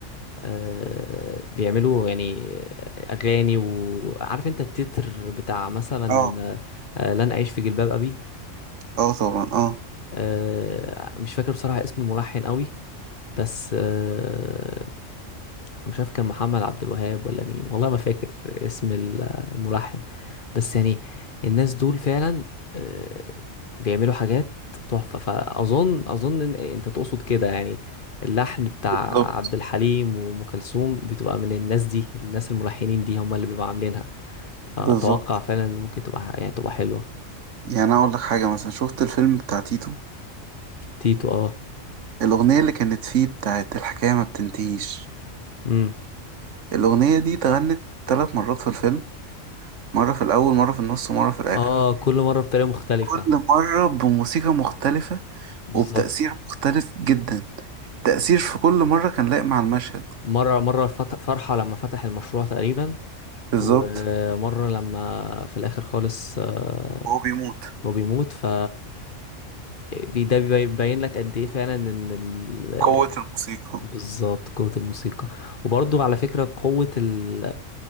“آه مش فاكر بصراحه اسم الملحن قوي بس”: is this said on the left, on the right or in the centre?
Left